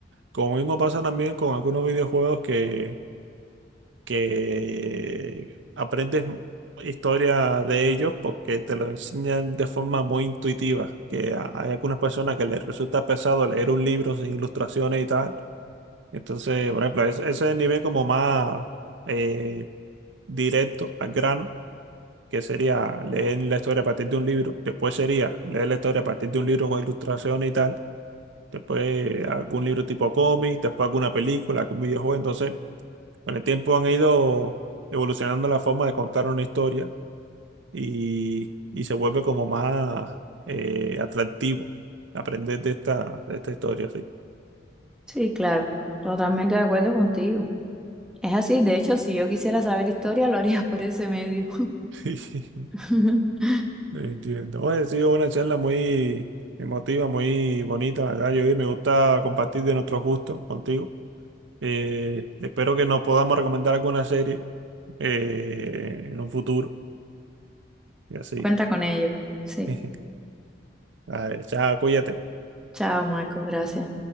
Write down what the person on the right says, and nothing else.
Como mismo pasa también con algunos videojuegos que, que aprendes historia de ellos porque te lo enseñan de forma muy intuitiva, que a- hay algunas personas que les resulta pesado leer un libro sin ilustraciones y tal. Entonces, por ejemplo, es- ese es el nivel como más eh, directo al grano, que sería leer la historia a partir de un libro. Después sería leer la historia a partir de un libro con ilustraciones y tal después algún libro tipo cómic, después alguna película, algún videojuego. Entonces, con el tiempo han ido evolucionando la forma de contar una historia y, y se vuelve como más eh, atractivo aprender de esta, de esta historia, sí.
<laughs>
Entiendo. Oye, ha sido una charla muy emotiva, muy bonita, la verdad. Yo me gusta compartir de nuestros gustos contigo. Eh, espero que nos podamos recomendar alguna serie eh, en un futuro y así.
<laughs> Vale, chao, cuídate.